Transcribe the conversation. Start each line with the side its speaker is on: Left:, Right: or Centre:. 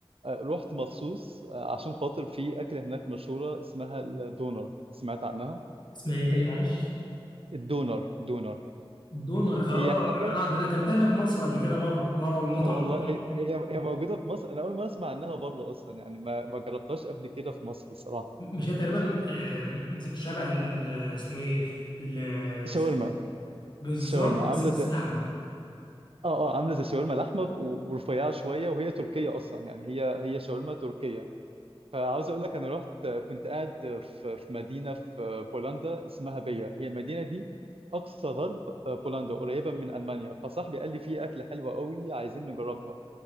Right: آه رحت مخصوص آه عشان خاطر في اكله هناك مشهوره اسمها الدونر سمعت عنها
Left: اسمها ايه تاني معلش
Right: الدونر دونر
Left: دونر
Right: هي
Left: اه
Right: حاجه
Left: انا ده انا اكلتها هنا في مصر قبل كده مره مره ومطعم
Right: والله
Left: مطعم
Right: هي هي هي موجودة في مصر أنا أول ما أسمع عنها بره أصلا يعني ما ما جربتهاش قبل كده في مصر الصراحة
Left: مش هي تقريبا آم، شبه ال- اسمه ايه ال-
Right: شاورما
Left: اسم- بالظبط
Right: شاورما
Left: بس
Right: عاملة
Left: بس
Right: زي
Left: لحم
Right: آه آه عاملة زي شاورما لحمة ب- و- ورفيعة شوية وهي تركية أصلا يعني هي هي شاورما تركية فعاوز أقول لك أنا رحت كنت قاعد في في مدينة في بولندا اسمها بيا هي المدينة دي أقصى غرب آه، بولندا قريبة من ألمانيا فصاحبي قال لي في أكلة حلوة قوي عايزين نجربها